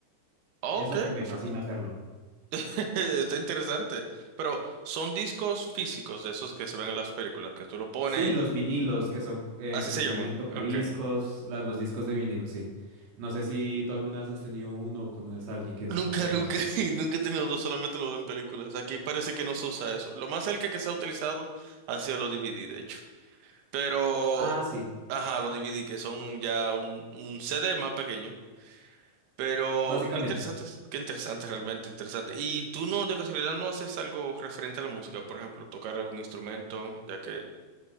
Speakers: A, on the right; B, on the right.
A: Ok,
B: Eso me
A: perfecto.
B: fascina hacerlo.
A: <laughs> Está interesante. Pero son discos físicos de esos que se ven en las películas, que tú lo pones
B: Sí,
A: y
B: los vinilos que son eh,
A: así
B: que
A: se
B: tienen
A: llaman.
B: el tocadiscos,
A: Ok.
B: la- los discos de vinilo, sí. No sé si tú alguna vez has tenido uno o conoces a alguien que,
A: Nunca,
B: que tenga.
A: nunca, <laughs> y nunca he tenido dos, solamente lo veo en películas. Aquí parece que no se usa eso. Lo más cerca que se ha utilizado ha sido los DVD, de hecho. Pero,
B: Ah, sí,
A: ajá, los DVD que son ya un, un CD más pequeño Pero
B: básicamente.
A: qué interesante, es- qué interesante, realmente interesante. ¿Y tú no, de casualidad, no haces algo referente a la música? Por ejemplo, tocar algún instrumento, ya que...